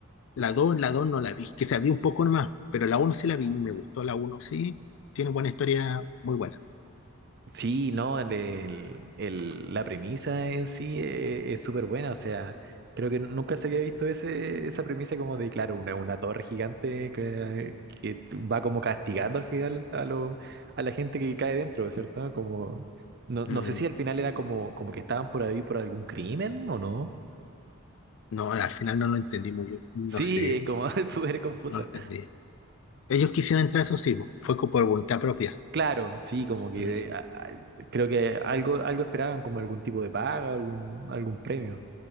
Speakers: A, on the left; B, on the right.
A: La dos, la 2 no la vi. Que se había un poco nomás. Pero la uno sí la vi y me gustó la uno. Sí, tiene buena historia, muy buena.
B: Sí, no, el, el- el- la premisa en sí e- es súper buena, o sea, creo que nunca se había visto ese, esa premisa como de, claro, una, una torre gigante que, que va como castigando al final a, lo, a la gente que cae dentro, ¿cierto? Como, no, no
A: Mm,
B: sé si al final era como, como que estaban por ahí por algún crimen o no.
A: no, al final no lo entendí muy bien. No
B: Sí,
A: sé,
B: es como <laughs> es súper confusa.
A: no lo entendí. Ellos quisieron entrar, eso sí, fue co- por voluntad propia.
B: Claro, sí, como que
A: Mm,
B: eh, a- a- creo que algo, algo esperaban, como algún tipo de paga, algún, algún premio.